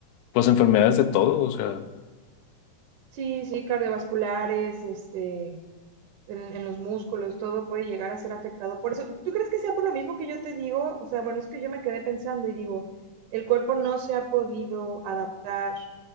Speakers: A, on the left; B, on the right.
A: pues enfermedades de todo, o sea.
B: Sí, sí, cardiovasculares, este, en, en los músculos, todo puede llegar a ser afectado. Por eso, ¿tú crees que sea por lo mismo que yo te digo? O sea, bueno, es que yo me quedé pensando y digo, el cuerpo no se ha podido adaptar